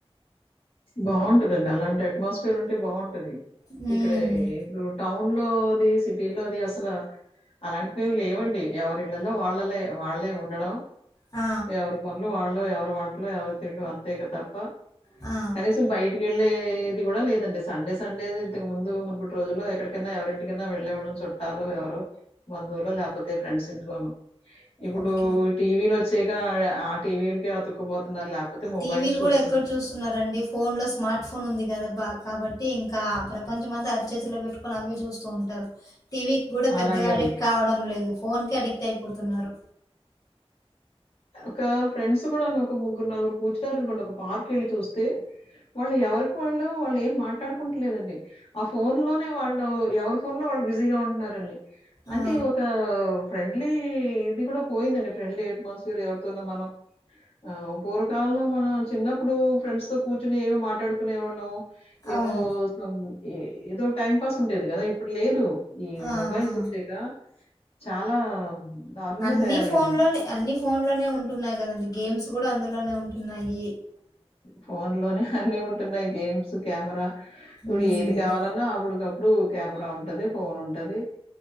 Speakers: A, on the left; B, on the left.
A: బాగుంటదండి అలాంటి అట్మోస్ఫియార్ ఉంటే బాగుంటది
B: హ్మ్.
A: ఇక్కడ ఇప్పుడు టౌన్. టౌన్ లో అది సిటీ లోది అసలు. అలాంటివి ఏంలేవండి ఎవరిళ్లలో వాళ్ళలే వాళ్లే ఉండడం.
B: ఆ!
A: ఎవరి పనులు వాళ్లు ఎవరి వంటలు ఎవరి తిన్లు అంతే ఇక తప్ప.
B: ఆ!
A: కనీసం బయటికి వెళ్ళేది కూడా లేదండి సండే సండే ఇంతకు ముందు. అప్పటి రోజుల్లో ఎక్కడికన్నా ఎవరింటికన్నా వెళ్లేవాళ్లం చుట్టాలు ఎవరో బంధువులు లేకపోతే ఫ్రెండ్స్ ఇంటికోనో. ఇప్పుడు
B: ఓకే.
A: టీవీలు వచ్చేక ఆహ్ ఆ టీవీలకే అతుక్కుపోతున్నారు లేకపోతే మొబైల్స్
B: టీవీలు
A: చూస్తు.
B: గూడా ఎక్కడ చూస్తున్నారండి ఫోన్ లో స్మార్ట్ ఫోన్ ఉందిగాద. బాగా కాబట్టి ఇంకా ప్రపంచమంతా అరిచేతిలో పెట్టుకొని అవి. చూస్తూ ఉంటారు టీవీ కూడా
A: అలాగే
B: పెద్దగా అడిక్ట్
A: ఉంది.
B: కావడం లేదు ఫోన్ కి అడిక్ట్ అయిపోతున్నారు.
A: ఒక ఫ్రెండ్స్ కూడాన్న ఒక ముగ్గురు నలుగురు కూర్చు. <unintelligible> ఒక పార్క్ వెళ్లి చూస్తే వాళ్ళు ఎవరికి వాళ్ళు వాళ్ళు ఏం మాట్లాడుకుంటలేదండి. ఆహ్ ఫోన్ లోనే వాళ్ళు ఎవరి ఫోన్ లో వాళ్ళు బిజీగా ఉంటున్నన్నారండి అంటే
B: ఆ!
A: ఒక ఫ్రెండ్. ఫ్రెండ్లీ ఇది కూడా పోయిందండి ఫ్రెండ్లీ అట్మాస్ఫియర్ ఎవరితోన్న మనం. ఆహ్ పూర్వకాలంలో మనం చిన్నప్పుడు ఫ్రెండ్స్ తో కూర్చోని ఏమో మాట్లాడుకునే వాళ్లం. ఏవోస్
B: అవును.
A: ఏదోక టైం పాస్ ఉండేది కదా ఇప్పుడు లేదు. ఈ
B: ఆ
A: మొబైల్స్
B: ఆ
A: వచ్చక చాలా దారుణంగా
B: అన్ని
A: తయారైందండి.
B: ఫోన్ లోనే అన్ని ఫోన్ లోనే ఉంటున్నాయి గదండి గేమ్స్ గూడా అందులోనే ఉంటున్నాయి.
A: ఫోన్ లోనే అన్నీ ఉంటున్నాయి గేమ్స్ కెమెరా ఇప్పుడు
B: ఉమ్
A: ఏది కావాలన్నా అప్పుడకప్పుడు. బ్లూ కెమెరా ఉంటది ఫోన్ ఉంటది.